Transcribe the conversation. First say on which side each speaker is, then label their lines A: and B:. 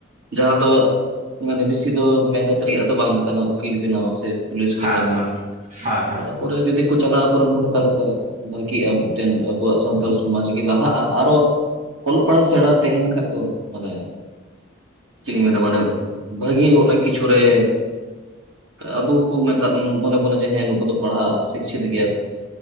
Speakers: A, on the right; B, on the right.
A: ᱡᱟᱦᱟᱸ ᱫᱚ ᱢᱟᱱᱮ ᱵᱤᱥᱤᱫᱚ ᱢᱮᱦᱱᱚᱛ ᱨᱮᱭᱟᱜ ᱫᱚ ᱵᱟᱝ ᱠᱟᱱᱟ ᱩᱠᱤᱞ ᱵᱮᱱᱟᱣ ᱥᱮ ᱯᱩᱞᱤᱥ
B: ᱦᱮᱸ
A: ᱨᱮ ᱠᱟᱹᱢᱤ,
B: ᱦᱮᱸ ᱦᱮᱸ
A: <unintelligible> ᱯᱚᱨᱮ ᱡᱩᱫᱤ ᱠᱚ ᱪᱟᱞᱟᱜ-ᱟ ᱟᱵᱚ ᱨᱮᱱ ᱦᱚᱲ ᱛᱟᱞᱦᱮ ᱛᱚ ᱵᱷᱟᱹᱜᱤᱜ-ᱟ ᱢᱤᱫ ᱴᱮᱱ ᱟᱵᱚᱣᱟᱜ ᱥᱟᱱᱛᱟᱞ ᱥᱚᱢᱟᱡᱽ ᱜᱮ ᱞᱟᱦᱟᱜ-ᱟ ᱟᱨᱚ ᱚᱞᱚᱜ ᱯᱟᱲᱦᱟᱜ ᱥᱮᱬᱟ ᱛᱟᱦᱮᱱ ᱠᱷᱟᱡ ᱫᱚ ᱢᱟᱱᱮ ᱪᱤᱫ ᱤᱧ ᱢᱮᱱᱟ ᱵᱷᱟᱹᱜᱤ ᱚᱱᱮᱠ ᱠᱤᱪᱷᱩ ᱨᱮ ᱟᱵᱚ ᱠᱚ ᱢᱮᱛᱟᱜ ᱢᱚᱱᱮ ᱵᱚᱱᱟ ᱡᱮ ᱦᱮᱸ ᱱᱩᱠᱩ ᱫᱚ ᱯᱟᱲᱦᱟᱜ ᱥᱤᱠᱪᱷᱤᱛ ᱜᱮᱭᱟ ᱠᱚ